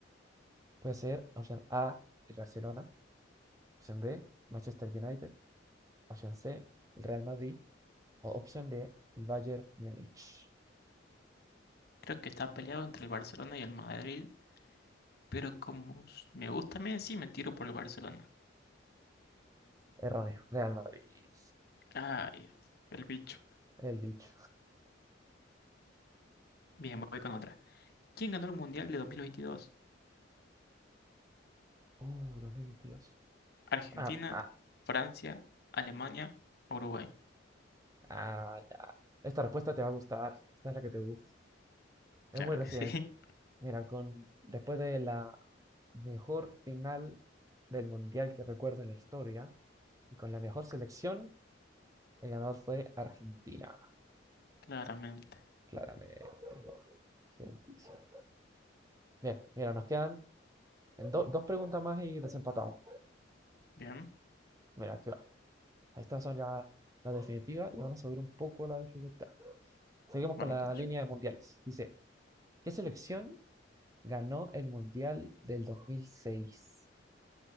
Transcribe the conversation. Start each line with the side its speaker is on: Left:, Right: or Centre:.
Right: Puede ser opción A, el Barcelona, opción B, Manchester United, opción C, el Real Madrid o opción D, el Bayern Múnich.
Left: Creo que está peleado entre el Barcelona y el Madrid, pero como s- me gusta Messi, me tiro por el Barcelona.
Right: Erróneo, Real Madrid.
Left: Ay, Dios, el bicho.
Right: El bicho.
Left: Bien, voy con otra. ¿Quién ganó el Mundial de 2022?
Right: Uh, 2022.
Left: ¿Argentina,
Right: Ah, ah,
Left: Francia, Alemania, Uruguay?
Right: Ah, ya. Esta respuesta te va a gustar. Esta es la que te gusta. Es
Left: Claro
Right: muy reciente.
Left: que sí, <laughs>
Right: Mira, con después de la mejor final del mundial que recuerdo en la historia y con la mejor selección, el ganador fue Argentina,
Left: claramente.
Right: claramente. Argentísimo. Bien, mira, nos quedan do- dos preguntas más y desempatamos.
Left: Bien,
Right: Mira, aquí va. Estas son ya las definitivas y van a subir un poco la dificultad. Seguimos
Left: vamos
Right: con la
Left: con ello.
Right: línea de mundiales. Dice, ¿qué selección Ganó el Mundial del 2006.